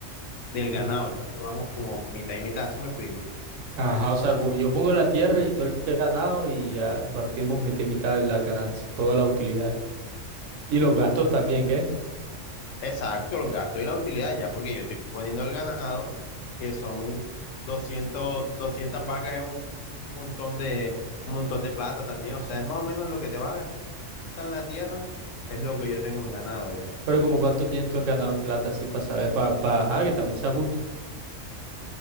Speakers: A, on the left (about 80°); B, on the right (about 80°).
A: del ganado.
B: Uy.
A: Entonces vamos como mitad y mitad, ¿sí me explico?
B: Ajá, o sea, como yo pongo la tierra y todo el ganado y ya partimos mitad y mitad de la ganancia, todas las utilidades. Y los gastos también, ¿qué?
A: Exacto, los gastos y la utilidad ya, porque yo estoy poniendo el ganado, que son 200, 200 vacas es un montón de, un montón de plata también, o sea, es más o menos lo que te va a gastar en la tierra, es lo que yo tengo en ganado ya.
B: Pero como cuánto tienes tú en ganado en plata, así para saber, para, ajá, que también sea justo.